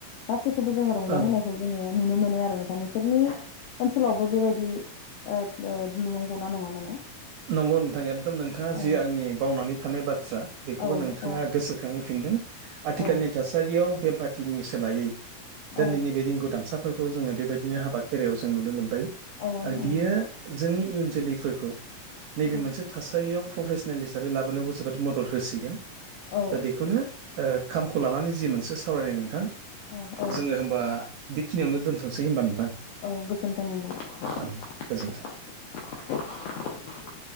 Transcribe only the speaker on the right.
ओं
नंगौ नोंथां एखदम नोंथाङा जि
आंनि बावनानै थानाय बाथ्रा बेखौबो
नोंथाङा
गोसोखां होफिनदों आथिखालनि
थासारियाव बे पार्टिनि सोलायै
दोनैनि बे रिंगु दामसाफोरखौ जोङो बेबायदिनो हाबा खेरयाव जों नुनो मोनबाय। आरो
बियो जोंनि इयुन जोलैफोरखौ नैबे
मोनसे थासारियाव प्रफेसनेल हिसाबै लाबोनायावबो जोबोद मदद होसिगोन
दा बेखौनो ओ खामखौ लानानै जि मोनसे सावरायनाय नोंथां
जोङो होमबा बेखिनियावनो दोनथ' सेै होनबा नोंथां।
ओं गोजोन्थों।